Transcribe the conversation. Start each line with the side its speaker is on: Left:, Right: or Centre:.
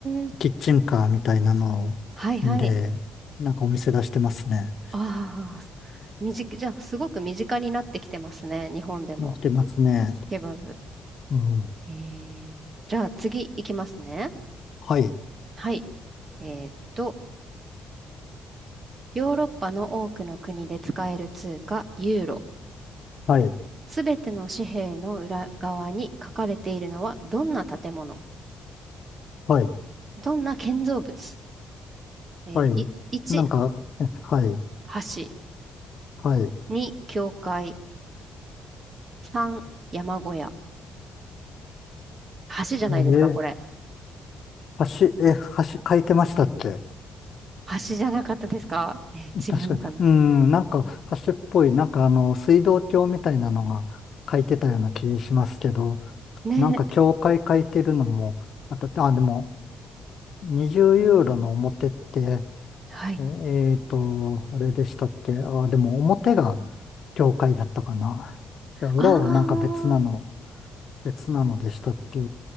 Right: え。
Left: キッチンカーみたいなので、
Right: はいはい。
Left: なんかお店出してますね。
Right: ああ、身近、じゃあ、すごく身近になってきてますね。日本でも。
Left: 出してますね。
Right: ケバブ。
Left: うん。
Right: えー、じゃあ、次行きますね。
Left: はい、
Right: はい。えーっと、ヨーロッパの多くの国で使える通貨、ユーロ。
Left: はい、
Right: すべての紙幣の裏側に書かれているのはどんな建物、
Left: はい、
Right: どんな建造物、えーい1、
Left: はい。なんか、えはい、
Right: 橋、
Left: はい。
Right: 2、教会、3、山小屋。橋じゃないですか、
Left: え、
Right: これ。
Left: 橋、え、橋書いてましたっけ
Right: 橋じゃなかったですかえー違うのかな
Left: <laughs> 確かに。うん、なんか橋っぽい、なんかあの、水道橋みたいなのが書いてたような気しますけど、
Right: ね
Left: なんか教会書いてるのも、あた、あ、でも、20ユーロの表って、
Right: え、はい。
Left: ええーと、あれでしたっけあ、でも表が教会だったかな。じゃあ裏はなんか別なの、
Right: ああ、
Left: 別なのでしたっけ